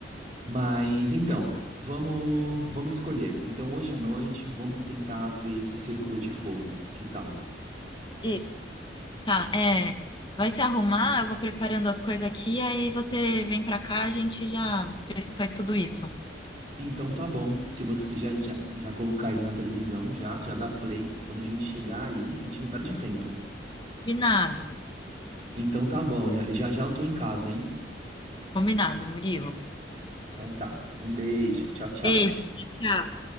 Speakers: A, on the right; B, on the left.
A: Mas então, vamos, vamos escolher. Então, hoje à noite, vamos tentar ver esse Círculo de Fogo. Que tal?
B: Isso. Tá, é. Vai se arrumar, eu vou preparando as coisas aqui, aí você vem pra cá, a gente já fez- faz tudo isso.
A: Então, tá bom. Se você quiser já, já colocar ele na televisão, já, já dá play. Quando a gente chegar aí, a gente não perde tempo.
B: Combinado,
A: Então tá bom, já já eu tô em casa, hein?
B: combinado, Murilo.
A: Então tá. Um beijo. Tchau, tchau.
B: Beijo, tchau.